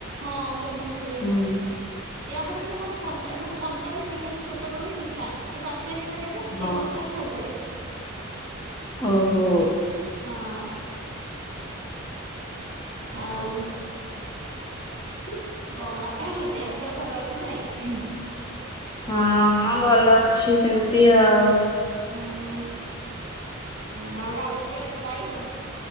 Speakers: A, on the right (about 55°); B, on the left (about 20°).
A: ହଁ ସେମିତି ହୁଏ।
B: ହୁଁ
A: ଏୟା ବଡ କିନ୍ତୁ ମାନେ କଞ୍ଚା ମାନେ କଞ୍ଚାରୁ ହିଁ ମିଠା ସେ ଛୋଟ ବେଳ ହୁ ମିଠା। ଇଏ ପାଚେନିତ କେବେ
B: ହଁ
A: ଇଏ କଞ୍ଚାରୁ ଝଡି ପଡେ।
B: ଓ ହୋ।
A: ହଁ। ଆଉ
B: ତ
A: କଣ ଦେହ ତୋର ଭଲ ଅଛି ନା ନାଇଁ?
B: ହଁ ହଁ ଭଲ ଅଛି ସେମିତି ଆଉ
A: ହୁଁ ଆଉ ରାଉରୀକେଲା ତୁ ଯାଇନୁ?